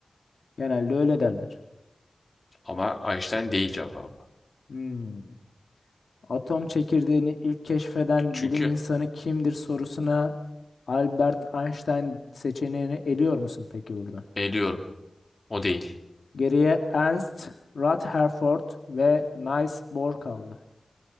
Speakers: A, on the left; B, on the left.
A: genelde öyle derler.
B: Ama Einstein değil cevabı.
A: Hmm. Atom çekirdeğini ilk keşfeden
B: Çünkü
A: bilim insanı kimdir sorusuna Albert Einstein seçeneğini eliyor musun peki buradan?
B: eliyorum. O değil.
A: Geriye Ernst Rutherford ve Niels Bohr kaldı.